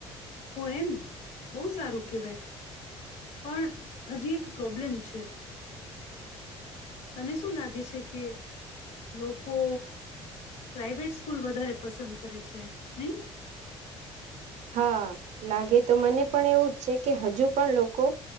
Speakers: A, on the left (about 50°); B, on the right (about 55°).
A: ઓ એમ બહુ સારું કહેવાય પણ હજી એક પ્રોબ્લેમ છે. તને શું લાગે છે. કે લોકો પ્રાાઈવેટ સ્કૂલ વધારે પસંદ કરે છે. નહી
B: હા લાગે તો મને પણ એવું જ છે. કે હજુ પણ લોકો